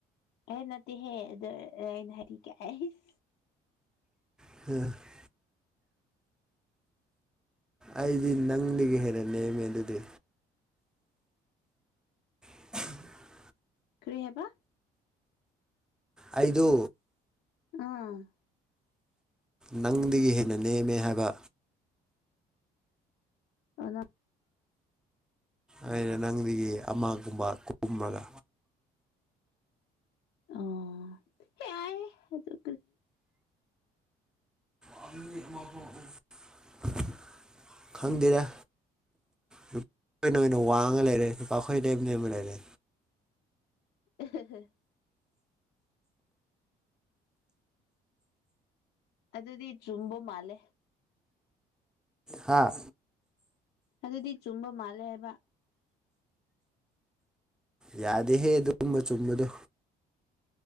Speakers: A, on the left; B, in the centre.
A: ꯑꯦ ꯅꯠꯇꯦ ꯍꯦ <inaudible>
B: <unintelligible> <inaudible> ꯑꯩꯗꯤ ꯅꯪꯗꯒꯤ ꯍꯦꯟꯅ ꯅꯦꯝꯃꯦ ꯑꯗꯨꯗꯤ <unintelligible>
A: ꯀ꯭ꯔꯤ ꯍꯥꯏꯕ
B: ꯑꯩꯗꯨ
A: ꯎꯝ
B: ꯅꯪꯗꯒꯤ ꯍꯦꯟꯅ ꯅꯦꯝꯃꯦ ꯍꯥꯏꯕ
A: <unintelligible>
B: ꯑꯩꯅ ꯅꯪꯗꯒꯤ ꯑꯃꯒꯨꯝꯕ ꯀꯨꯝꯃꯒ
A: ꯑꯣ <unintelligible> ꯀꯔꯤ <unintelligible>
B: <unintelligible> ꯈꯪꯗꯦꯗ ꯅꯨꯄꯤꯅ ꯑꯣꯏꯅ ꯋꯥꯡꯉ ꯂꯩꯔꯦ ꯅꯨꯄꯥ ꯑꯩꯈꯣꯏ ꯅ ꯅꯦꯝ ꯅꯦꯝꯃ ꯂꯩꯔꯦ
A: <unintelligible> ꯑꯗꯨꯗꯤ ꯆꯨꯝꯕ ꯃꯥꯜꯂꯦ
B: ꯍꯥꯥ
A: ꯑꯗꯨꯗꯤ ꯆꯨꯝꯕ ꯃꯥꯜꯂꯦ ꯍꯥꯏꯕ
B: ꯌꯥꯗꯦꯍꯦ ꯑꯗꯨꯒꯨꯝꯕ ꯆꯨꯝꯕꯗꯣ